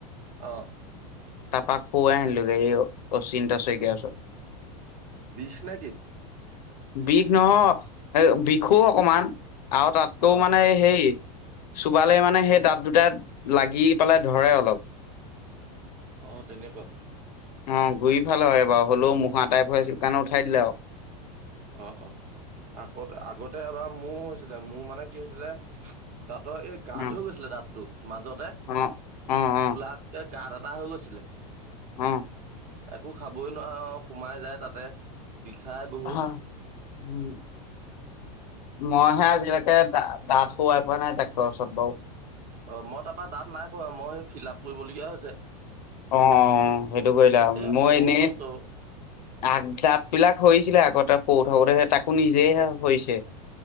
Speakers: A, on the right (about 40°); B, on the left (about 85°).
A: আহ।
B: তাৰ পৰা, শোৱাই আনিলোগে এই অচিন্তা শইকীয়াৰ ওচৰত।
A: বিষ নেকি?
B: বিষ নহয় এ বিষো অকমান। আৰু তাতকৈ
A: অ
B: মানে হেই। চোবালে মানে সেই দাঁত দুটাত লাগি পেলাই ধৰে অলপ।
A: অ তেনেকুৱা
B: অ গৈ পালৰ হয়। বাৰু হ'লেও মঢা টাইপ হৈছিল কাৰণে উঠাই দিলে আৰু।
A: অ অ, আকতে আগতে এবাৰ মোৰ হৈছিলে মোৰ মানে কি হৈছিলে। দাঁতৰ এই গা
B: অ',
A: ধ হৈ গৈছিলে দাঁতটো মাজতে
B: অ', অ', অ',
A: কলাতে গাত। ব হৈ গৈছিলে।
B: অম।
A: একো খাবই নোৱাৰো সোমাই যায় তাতে। বিষাই বহুত
B: হা উম। মইহে আজিলৈকে দাত শোৱাই পোৱা নাই ডাক্টৰৰ ওচৰত বাৰু।
A: অ মই তাৰ পৰাৰা দাঁত নাই হৰুৱা, মই সেই ফিল আপ কৰিবলগীয়া হৈছে।
B: অ অ, সেইটো কৰিলা
A: এ
B: মই
A: বৰ
B: এনেই।
A: কষ্ট
B: আগজাত বিলাক হৈছিলে আগতে সৰিছিলে থাকোতে স তাকো নিজেই হৰিছে।